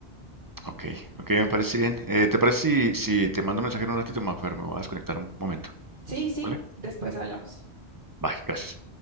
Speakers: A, on the right; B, on the right.
A: Ok, ok, me parece bien. Eh, ¿te parece si, si te mando un mensaje en un ratito, Mafer? Me voy a desconectar un momento,
B: Sí, sí,
A: ¿vale?
B: después hablamos.
A: Bye, gracias.